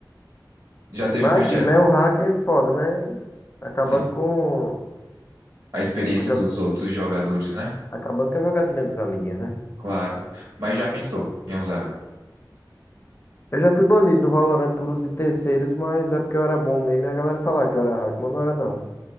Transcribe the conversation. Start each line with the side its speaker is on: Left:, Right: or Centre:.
Right: Já teve,
Left: Mas
Right: mas
Left: é aquilo,
Right: já,
Left: né? O hacker é foda, né? Acabando
Right: sim.
Left: com...
Right: A experiência
Left: com a
Right: dos
Left: jo-
Right: outros jogadores, né?
Left: Acabando com a jogatina dos amiguinhos, né?
Right: Claro. Mas já pensou em usar?
Left: Eu já fui banido no Valorant por uso de terceiros, mas é porque eu era bom mesmo e a galera falava que eu era hacker, mas não era não.